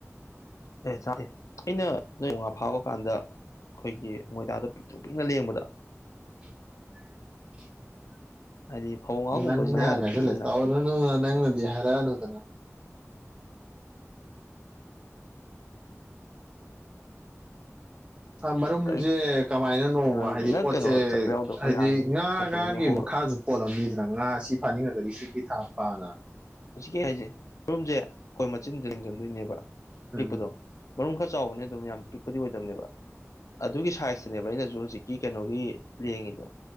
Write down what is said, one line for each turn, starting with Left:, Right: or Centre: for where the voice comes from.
Left: ꯑꯦ ꯆꯥꯛ ꯑꯩꯅ ꯅꯣꯏ ꯃꯉꯥ ꯐꯥꯕ ꯀꯥꯟꯗ ꯑꯩꯈꯣꯏꯒꯤ ꯃꯣꯏꯗꯥꯗ ꯄꯤꯛꯇꯣ ꯄꯤꯛꯅ ꯂꯦꯡꯕꯗ
Right: <inaudible>
Left: ꯍꯥꯏꯗꯤ ꯐꯧ ꯉꯥꯎꯒꯨꯝꯕꯁꯤ
Right: ꯅꯪꯅꯦ
Left: ꯃꯌꯥꯗꯣ
Right: ꯍꯥꯏꯥꯏꯆ
Left: ꯄꯤꯛꯏꯗꯅ
Right: ꯂꯩꯦ ꯇꯧꯔꯅ ꯅꯪꯅꯗꯤ ꯍꯥꯏꯔꯅꯨꯗꯅ <inaudible> ꯑ ꯃꯔꯔꯨꯝꯖꯦ
Left: ꯀꯩꯅꯣ
Right: ꯀꯃꯥꯏꯅꯅꯣꯕ
Left: ꯍꯥꯏꯁꯦ
Right: ꯍꯥꯏꯗꯤ
Left: ꯅꯪ
Right: ꯄꯣꯠꯁꯦ
Left: ꯀꯩꯅꯣ ꯆꯠꯄ ꯌꯥꯎꯗ꯭ꯔꯣ
Right: ꯍꯥꯏꯗꯤ
Left: ꯃꯣꯏꯔꯥꯡ
Right: ꯉꯥ
Left: ꯆꯠꯄ
Right: ꯉꯥꯒꯤ
Left: ꯑꯗꯨꯝ ꯌꯥꯎꯍꯧꯕ꯭ꯔꯣ
Right: ꯃꯈꯥꯁꯨ ꯄꯣꯠꯂꯝꯃꯤꯗꯅ ꯑꯗ ꯉꯥꯁꯤ ꯐꯥꯅꯤꯡꯉꯒꯗꯤ ꯁꯤꯒꯤ ꯊꯥꯛ ꯄꯥꯅ
Left: ꯃꯁꯤ ꯀꯩ ꯍꯥꯏꯁꯦ ꯔꯨꯝꯁꯦ ꯑꯩꯈꯣꯏ ꯃꯆꯤꯟꯗ ꯂꯤꯡꯁꯤꯟꯗꯣꯏꯅꯦꯕ
Right: ꯎꯝ
Left: ꯄꯤꯛꯄꯗꯣ ꯃꯔꯨꯝ ꯈꯔ ꯆꯥꯎꯕꯅꯦ ꯑꯗꯨꯝ ꯌꯥꯝ ꯄꯤꯛꯄꯗꯤ ꯑꯣꯏꯗꯝꯅꯦꯕ ꯑꯗꯨꯒꯤ ꯁꯥꯏꯖꯇꯅꯦꯕ ꯑꯩꯅꯁꯨ ꯍꯧꯖꯤꯛꯀꯤ ꯀꯩꯅꯣꯒꯤ ꯂꯦꯡꯉꯤꯗꯣ